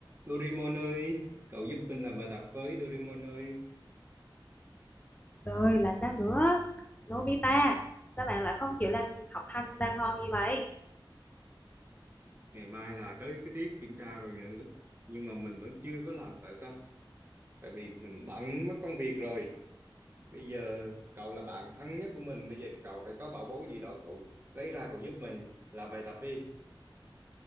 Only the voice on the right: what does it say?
Doraemon ơi, cậu giúp mình làm bài tập với Doraemon ơi.
Ngày mai là tới cái tiết kiểm tra rồi nè lúc nhưng mà mình vẫn chưa có làm tại sao? Tại vì mình bận mất công việc rồi. Bây giờ cậu là bạn thân nhất của mình, bây giờ cậu phải có bảo bối gì đó cậu lấy ra cậu giúp mình làm bài tập đi.